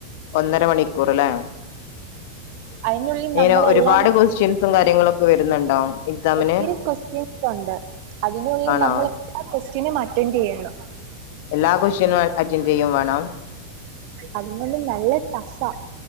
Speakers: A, on the left; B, on the right.
A: ഒന്നര മണിക്കൂറല്ലേ
B: അതിനുള്ളിൽ
A: അയി
B: നമ്മളെല്ലാം
A: ഒരുപാട് കൊക്വസ്റ്റ്യൻസും കാര്യങ്ങളൊക്കെ വരുന്നുണ്ടോ എക്സാമിന്
B: ഒത്തിരി ക്വസ്റ്റ്യൻസ് ഉണ്ട് അതിനുള്ളിൽ
A: ആണോ
B: നമ്മൾ എല്ലാ ക്വസ്റ്റ്യനും അററ അറ്റൻഡ് ചെയ്യണം
A: എല്ലാ കുഷ്യനും അററനെയും വേണം
B: അതുകൊണ്ട് നല്ല ടഫ